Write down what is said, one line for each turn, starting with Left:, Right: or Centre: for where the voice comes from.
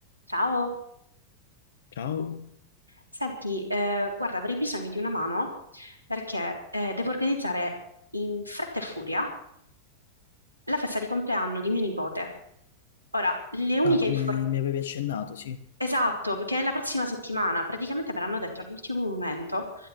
Right: Ciao,
Left: Ciao,
Right: senti, eh, guarda, avrei bisogno di una mano perché eh, devo organizzare in fretta e furia la festa di compleanno di mio nipote. Ora, le uniche
Left: Ah, come
Right: informazioni...
Left: mi avevi accennato, sì.
Right: Esatto, perché è la prossima settimana, praticamente me l'hanno detto all'ultimo momento